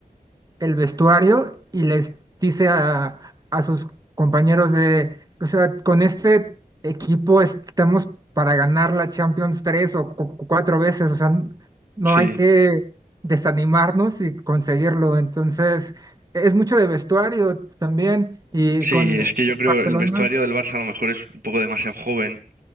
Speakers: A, on the right; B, on the right.
A: el vestuario y les dice a, a sus compañeros de, o sea, con este equipo estamos para ganar la Champions tres o cu- cu- cuatro veces, o sea, n- no
B: sí.
A: hay que desanimarnos y conseguirlo. Entonces, es mucho de vestuario también y
B: Sí,
A: con
B: es
A: eh,
B: que yo creo
A: Barcelona
B: el vestuario del Barça a lo mejor es un poco demasiado joven.